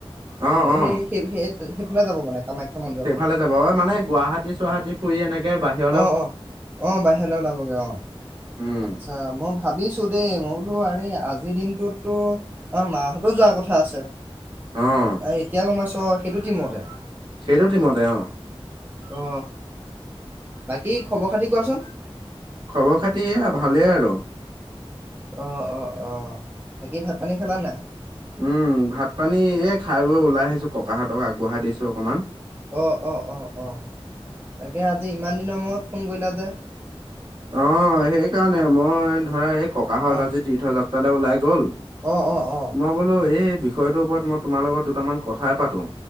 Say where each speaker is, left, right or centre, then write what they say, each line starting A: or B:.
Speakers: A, on the right; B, on the right.
A: অ',
B: তেনে
A: অ,
B: <unintelligible> সেই ফালে যাব মানে কামাখ্যা। মন্দিৰৰ
A: সেইফালে
B: ফালে
A: যাব অ মানে গুৱাহাটী চুৱাহাটী ফুৰি এনেকে বাহিৰ
B: অ, অ, অ, বাহিৰলৈ ওলাবগে অ,
A: উম
B: আচ্ছা মই ভাবি ছোঁ দে মই বোলো আৰে আজিৰ দিনটোতো আমাৰ মা হতেও যোৱাৰ কথা আছে।
A: অ'
B: এতিয়া গম পাইছোঁ সেইটো টিমতে।
A: সেইটো টিমতে অ,
B: অ, বাকী খবৰ খাতি কোৱাচোন?
A: খবৰ খাতি এ ভালে আৰু।
B: অ', অ, অ, বাকী ভাত পানী খালা নে?
A: উম, ভাত পানী এই খাই বৈ ওলাই আহিছো ককাহঁতক আগবঢ়াই দিছো অকণমান।
B: অ', অ, অ, অ, তাকে আজি ইমান দিনৰ মূৰত ফোন কৰিলা যে?
A: অ', সেইকাৰণে মই ধৰা এই ককাহঁত
B: অ',
A: আজি তীৰ্থযাত্ৰালৈ ওলাই গ'ল।
B: অ', অ, অ,
A: মই বোলো এই বিষয়টোৰ ওপৰত মই তোমাৰ লগত দুটামান কথাই পাতো।